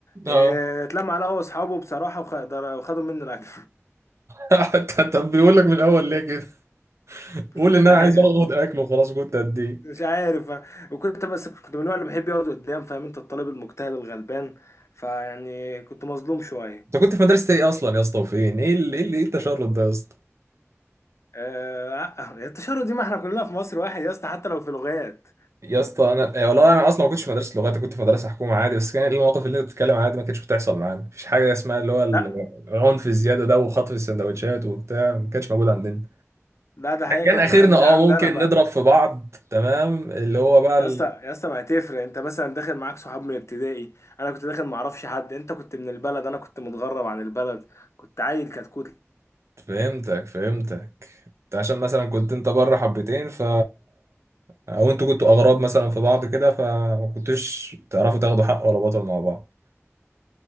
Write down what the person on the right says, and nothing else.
اه
<laughs> طب بيقول لك من الاول ليه كده
قول ان
انا عايز اخد اكل وخلاص كنت اديه
انت كنت في مدرسه ايه اصلا يا اسطى وفين ايه ال- ايه ال- ايه التشرد ده يا اسطى
يا اسطى انا إيه والله انا اصلا ما كنتش في مدرسه لغات أنا كنت في مدرسه حكومه عادي بس كان المواقف اللي انت بتتكلم عليها دي ما كانتش بتحصل معانا مفيش حاجه اسمها اللي هو ال-
العنف الزياده ده وخطف السندوتشات وبتاع ما كانش موجود عندنا
كان
اخرنا
اه
ممكن
نضرب في بعض تمام اللي هو بقى ال...
فهمتك فهمتك انت عشان مثلا كنت انت بره حبتين ف او انتوا كنتوا اغراب مثلا في بعض كده فما كنتوش تعرفوا تاخدوا حق ولا بطل مع بعض